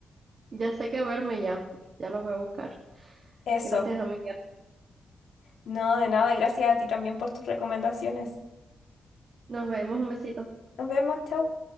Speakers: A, on the right (about 50°); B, on the left (about 80°).
A: Ya sé que verme ya. Ya lo voy a buscar.
B: Eso.
A: Gracias, amiga.
B: No, de nada, gracias a ti también por tus recomendaciones.
A: Nos vemos. Un besito.
B: Nos vemos, chau.